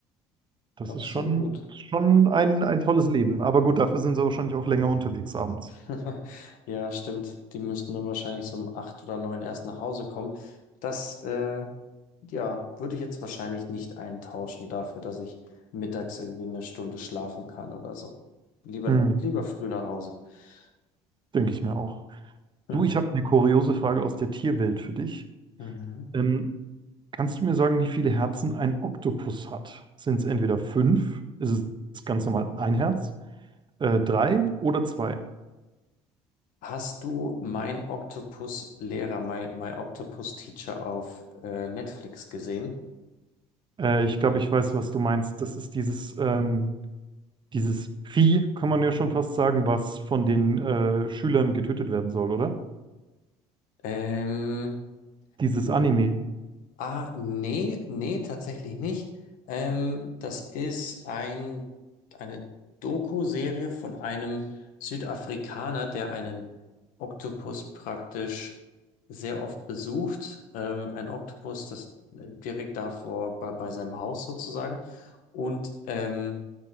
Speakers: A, on the right (about 35°); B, on the left (about 70°).
A: Das
B: Absolut.
A: ist schon, schon ein, ein tolles Leben. Aber gut, dafür sind sie wahrscheinlich auch länger unterwegs abends.
B: <laughs> Ja, stimmt. Die müssten dann wahrscheinlich so um acht oder neun erst nach Hause kommen. Das, äh, ja, würde ich jetzt wahrscheinlich nicht eintauschen dafür, dass ich mittags irgendwie eine Stunde schlafen kann oder so. Lieber,
A: Hm,
B: lieber früh nach Hause. <laughs>
A: denke ich mir auch.
B: Mhm.
A: Du, ich habe eine kuriose Frage aus der Tierwelt für dich.
B: Mhm.
A: Ähm, kannst du mir sagen, wie viele Herzen ein Oktopus hat? Sind es entweder fünf, ist es ganz normal ein Herz, äh, drei oder zwei?
B: Hast du mein Octopus-Lehrer, My, My Octopus Teacher auf äh, Netflix gesehen?
A: Äh, ich glaube, ich weiß, was du meinst. Das ist dieses, ähm, dieses Vieh, kann man ja schon fast sagen, was von den äh, Schülern getötet werden soll, oder?
B: Ähm,
A: Dieses
B: hm.
A: Anime.
B: Ah, nee, nee, tatsächlich nicht. Ähm, das ist ein, eine Doku-Serie von einem Südafrikaner, der einen Oktopus praktisch sehr oft besucht. Ähm, ein Oktopus, das äh, direkt davor bei, bei seinem Haus sozusagen. Und ähm,